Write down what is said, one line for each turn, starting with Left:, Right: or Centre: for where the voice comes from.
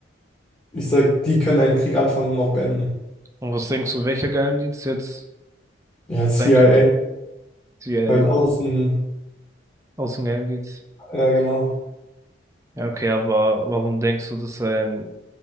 Left: ich sag, die können einen Krieg anfangen und auch beenden.
Right: was denkst du, welcher Geheimdienst jetzt
Left: Ja, CIA,
Right: sein könnte? CIA,
Left: halt außen,
Right: Außengeheimdienst.
Left: ja genau.
Right: Ja, okay, aber warum denkst du, dass ein